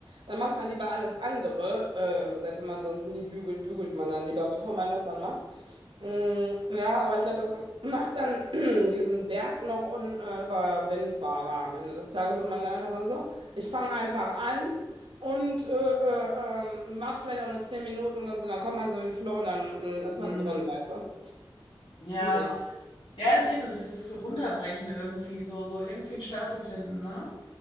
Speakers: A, on the right; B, on the left.
A: dann macht man lieber alles andere. Äh, selbst wenn man sonst nie bügelt, bügelt man dann lieber, bevor man das dann macht. Mm, ja, aber ich glaube, das macht dann <clears throat> diesen Berg noch unüberwindbarer am Ende des Tages, hat man dann einfach sagen, so, ich fange einfach an. Und äh, äh, ähm, mach vielleicht auch nur 10 Minuten und dann so, dann kommt man so in den Flow und dann mm, ist
B: Hm.
A: man drin, weißt du?
B: Ja,
A: Ja.
B: ja, das fehlt so dieses Runterbrechen irgendwie, so, so irgendwie einen Start zu finden, ne?